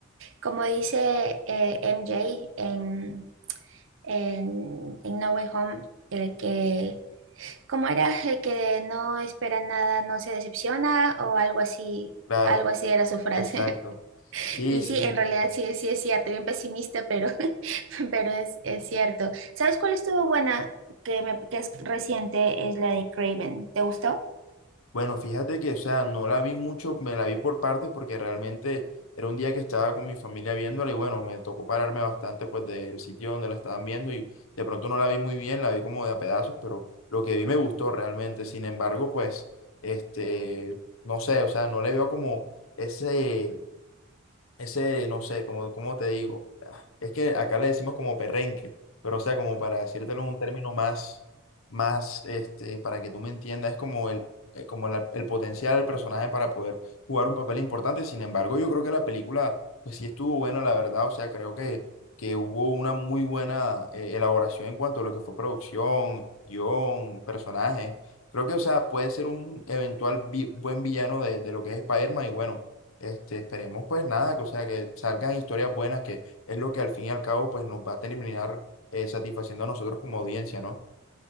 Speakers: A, on the right (about 70°); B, on the left (about 85°).
A: Como dice eh, MJ en, en, en No Way Home, el que, ¿cómo era? El que no espera nada, no se decepciona o algo así,
B: Claro,
A: algo así era su frase.
B: exacto.
A: <laughs>
B: Sí,
A: Y
B: sí,
A: sí, en realidad
B: total.
A: sí, sí es cierto, bien pesimista, pero, <laughs> pero es, es cierto. ¿Sabes cuál estuvo buena? Que, me, que es reciente, es la de Craven. ¿Te gustó?
B: Bueno, fíjate que, o sea, no la vi mucho, me la vi por partes porque realmente era un día que estaba con mi familia viéndola y bueno, me tocó pararme bastante pues del sitio donde la estaban viendo y de pronto no la vi muy bien, la vi como de a pedazos, pero lo que vi me gustó realmente. Sin embargo, pues, este, no sé, o sea, no le veo como ese, ese, no sé, como, ¿cómo te digo? Ah, Es que acá le decimos como perrenque, pero o sea, como para decírtelo un término más, más, este, para que tú me entiendas, es como el, eh, como la- el potencial del personaje para poder jugar un papel importante. Sin embargo, yo creo que la película, pues sí estuvo buena, la verdad. O sea, creo que, que hubo una muy buena eh, elaboración en cuanto a lo que fue producción, guión, personajes. Creo que, o sea, puede ser un eventual vi- buen villano de, de lo que es Spider-Man y bueno. Este, esperemos pues nada, que, o sea, que salgan historias buenas, que es lo que al fin y al cabo pues nos va a terminar eh, satisfaciendo a nosotros como audiencia, ¿no?